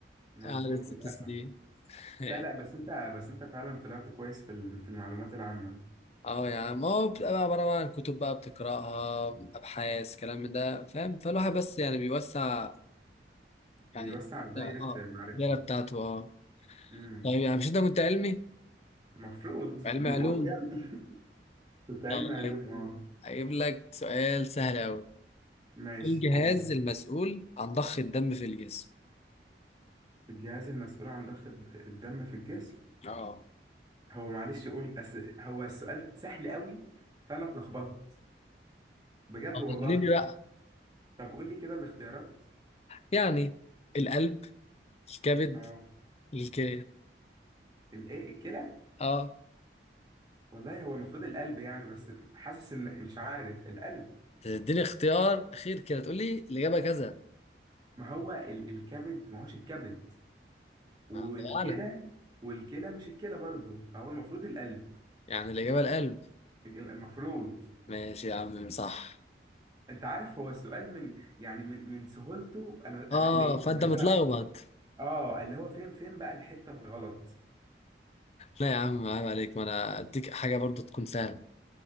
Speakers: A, on the right; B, on the left.
A: مظبوط
B: قعدت ست
A: للأسف
B: سنين <laughs>
A: لا لا بس انت بس انت فعلا طلعت كويس في ال- في المعلومات العامة
B: اه يا عم هو بتبقى بقى عباره بقى عن كتب بقى بتقراها ابحاث كلام من ده فاهم فالواحد بس يعني بيوسع
A: بيوسع
B: يعني
A: دايرة
B: اه
A: معرفته
B: الدايره بتاعته اه
A: امم
B: طيب يعني مش انت كنت علمي
A: المفروض
B: علمي
A: بيقولوا
B: علوم
A: يعني <laughs> كنت علمي
B: آه،
A: علوم
B: طيب
A: اه
B: هجيب لك سؤال سهل أوي
A: ماشي
B: إيه الجهاز
A: قول
B: المسؤول عن ضخ الدم في الجسم
A: الجهاز المسؤول عن ضخ الدم في الجسم
B: اه
A: هو معلش قول أس... هو السؤال سهل قوي فانا اتلخبطت بجد
B: أخدني
A: والله
B: بقى
A: طب قول لي كده الاختيارات
B: يعني القلب الكبد
A: اه
B: الكلى
A: الايه الكلى
B: اه
A: والله هو المفروض القلب يعني بس حاسس ان مش عارف القلب
B: تديني اختيار أخير كده تقول لي الإجابة كذا
A: ما هو ال... الكبد ما هوش الكبد والكلى
B: ما الله أعلم
A: والكلى مش الكلى برضو فهو المفروض القلب
B: يعني الإجابة القلب
A: المفروض
B: ماشي يا عم صح
A: انت عارف هو السؤال من يعني من من سهولته انا انا
B: اه
A: قلقت
B: فأنت
A: اللي
B: متلخبط
A: هو اه اللي هو فين فين بقى الحته الغلط
B: لا يا عم عيب عليك ما أنا أديك حاجة برضو تكون سهلة